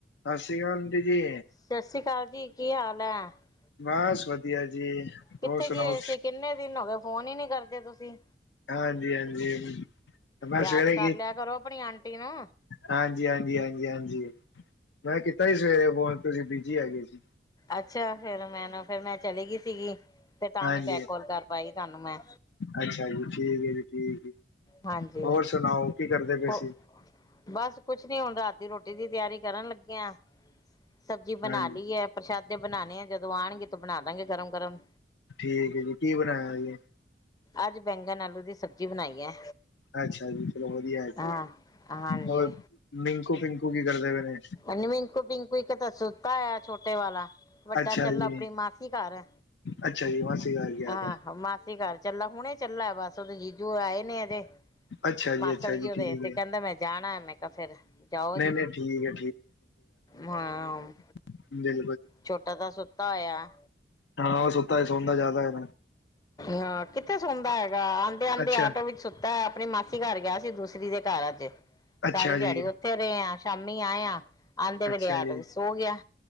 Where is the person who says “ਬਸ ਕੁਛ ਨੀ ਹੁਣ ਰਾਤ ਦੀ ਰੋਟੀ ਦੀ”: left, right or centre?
Left